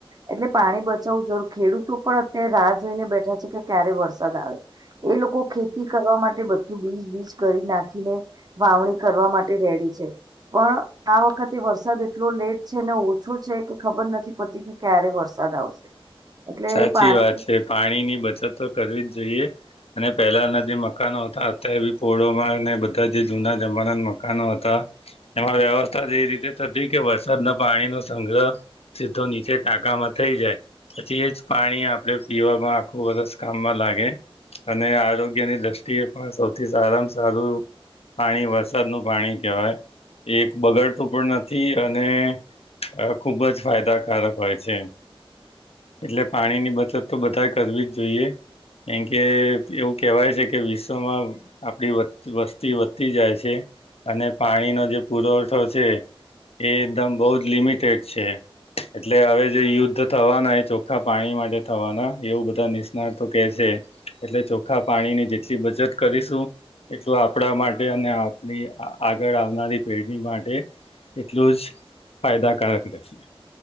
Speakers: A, on the right; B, on the left.
A: એટલે પાણી બચાવવું જરૂર ખેડૂતો પણ અત્યારે રાહ જોઈને બેઠા છે કે ક્યારે વરસાદ આવે એ લોકો ખેતી કરવા માટે બધું બીજ બીજ કરી નાખીને વાવણી કરવા માટે તે રેડી છે પણ આ વખતે વરસાદ એટલો લેટ છે ને ઓછો છે કે ખબર નથી પટતી કે ક્યારે વરસે વરસદ આવશે એટલે
B: સાચી
A: એ પાણી
B: વાત છે પાણીની બચત તો કરવી જ જોઈએ અને પહેલાના જે મકાનો હતા અત્યારે બી પોળોમાં અને બધા જે જૂના જમાના મકાનો હતા હતા એમાં વ્યવસ્થા એ રીતે થતી કે વરસાદ ના પાણી નો સંગ્રહ સીધો નીચે ટાકામાં થઈ જાય પછી એ જ પાણી આપડે પીવામાં આખું વષૅ કામમાં લાગે અને આરોગ્યની દ્રષ્ટિએ પણ સૌથી સારામાં સારું પાણી વરસાદનું પાણી કહેવાય એક બગાડતું પણ નથી અને અ ખુબ જ ફાયદાકારક હોય છે. એટલે પાણીની બચત તો બધા કરવી જ જોઈએ. કેમ કે એવું કહેવાય છે કે વિશ્વમાં આપડી વસ્તી વધતી જાય છે. અને પાણીનો જે પુરવઠો છે. એ એકદમ બહુ જ લિમિટેડ છે એટલે હવે જે યુદ્ધ થવાના ચોખા પાણી માટે થવાના એવું બધા નિષ્ણાતો કે છે. એટલે ચોખા પાણીની જેટલી બચત કરીશું એટલ આપણા માટે અને આપણી આગળ આવનારી પેઢી માટે એટલું જ ફાયદાકારક રહેશે.